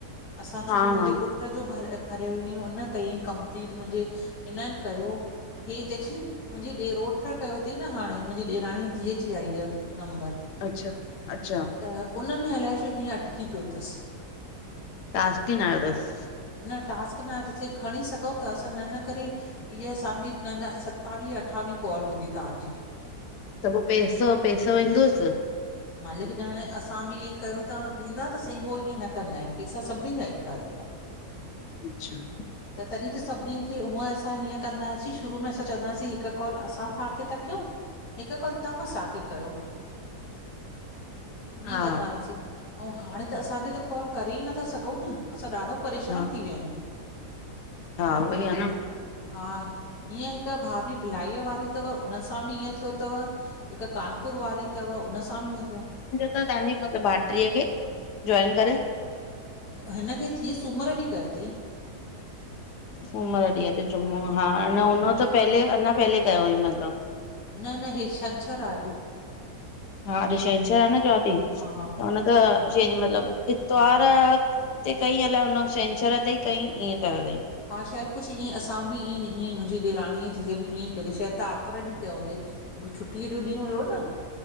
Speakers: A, on the left (about 70°); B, on the left (about 80°).
A: असां
B: हा
A: छोकी मुंहिंजे
B: हा
A: पुटु ऊन जो भरे भरियो हुअईं हुन कईं कंपलीट मुंहिंजे हिननि कयो हे चयंदी मुंहिंजी ॾेरोट कयो अथई न हाणे मुंहिंजी ॾेराणी धीअ जी आई आहे नंबर।
B: अच्छा अच्छा
A: त उन में अलाए छो हीअं अटकी पियो अथसि।
B: टास्क ही न आहियो तस।
A: न टास्क नायो तस चयई खणी सघूं था असां न इ करे ईअ असांजी न न सतावीह अठावीह कॉल हूंदी तव्हांजी।
B: त पोइ पैसो पैसो ईंदूसि?
A: मालिक ॾाणे असां बि ईअ कयूं था ॾींदा त सही हो ईअं न कंदा आहिनि। पेसा सभिनीनि जा ईंदा ईंदा।
B: अच्छा
A: त तॾहिं त सभिनीनि खे हूअं असां हीअं कंदा हुआसीं शुरू में असां चवंदा हुआसीं हिकु कॉल असां तवांखे था कयूं। हिकु कॉल तव्हां असांखे कयो ईअं
B: हा
A: कंदा हुआसीं। ऐं हाणे त असांखे त कॉल करे ई नथा सघूं न असां ॾाढो परेशानु
B: हा
A: थी विया आहियूं।
B: हा उहोई आहे न
A: हा, ईअं हिक भाभी बिलाई वारी तव, उन सां बि ईअं थियो तव। हिक कानपुर वारी तव, उन सां बि ईअं थियो।
B: त तांजी इन भाइटीअ खे, जॉइन करे।
A: हिन खे थिवियस, सूमर ॾींहुं कयो तईं।
B: सूमर ॾींहुं अॼु जुमो आ, हुन त पहले, अञां पहले कयो अईं मतिलबु।
A: न न, हे छंछरु आ अॼु।
B: हा, अॼ छेंछर आ न चवां ती,
A: अॼु हा हा
B: त हुन त
A: हा
B: छं मतिलबु। त्वार ते कईं अलाए हुन छंछर ते कयईं, ईअं कयो तईं।
A: हा शायदि कुछु ईअं असां बि ईं ईअं ई मुंहिंजी ॾेराणीअ जी धीअ बि ईअंईं कई शायदि आर्तवारु ॾींहुं कयो हूंदईं। छुट्टीअ जो ॾींहुं हुयो न।